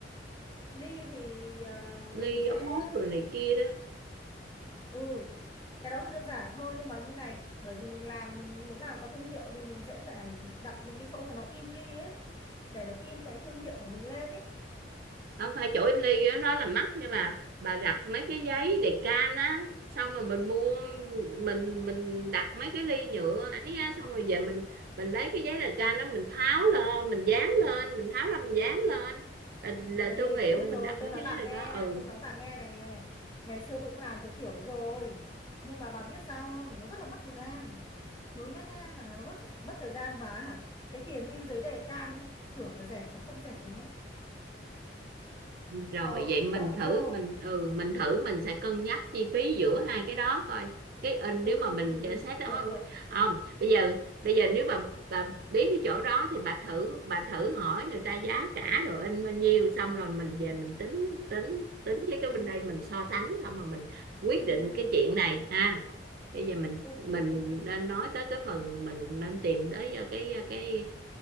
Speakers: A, on the left; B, on the right.
A: ly thì ờ,
B: ly
A: mình sẽ
B: ống hút rồi này kia đó
A: ừ cái đó thì đơn giản thôi nhưng mà như này bởi vì mình làm mình muốn làm có thương hiệu thì mình sẽ phải đặt mình cái chỗ mà nó in ly ấy để nó in cái thương hiệu của mình lên ấy
B: không phải chỗ in ly đó, đó là mắc nhưng mà bà đặt mấy cái giấy đề can á xong rồi mình mua mình mình đặt mấy cái ly nhựa ấy á xong rồi về mình mình lấy cái giấy đề can đó mình tháo lên mình dán lên mình tháo ra mình dán lên là,
A: Ê,
B: là thương hiệu
A: tôi biết
B: mình
A: rồi
B: đặt
A: tôi
B: mấy
A: nói
B: cái
A: bà
B: giấy đề
A: nghe
B: can ừ
A: tôi nói bà nghe nè ngày xưa tôi cũng làm cái kiểu đấy rồi nhưng mà bà biết sao không nó rất là mất thời gian thứ nhất nhá là nó mất mất thời gian mà hả cái tiền in giấy đề can ấy, tưởng là rẻ mà không rẻ đâu nhá
B: rồi
A: Ờ,
B: vậy mình
A: cộng
B: thử
A: vô.
B: mình ừ mình thử mình sẽ cân nhắc chi phí giữa hai cái đó coi cái in
A: Ừ,
B: nếu mà
A: ừ,
B: mình
A: ừ,
B: trả
A: ừ.
B: xét đó
A: Được, được.
B: không bây giờ bây giờ nếu bà bà biết cái chỗ đó thì bà thử bà thử hỏi người ta giá cả rồi in bao nhiêu xong rồi mình về mình tính tính tính với cái bên
A: Ừ,
B: đây mình so sánh xong rồi mình quyết
A: ừ,
B: định
A: ừ.
B: cái
A: ừ.
B: chuyện này ha bây giờ mình
A: Ok,
B: mình
A: ok, ok.
B: nên nói tới cái phần mình nên tìm tới ờ, cái ờ, cái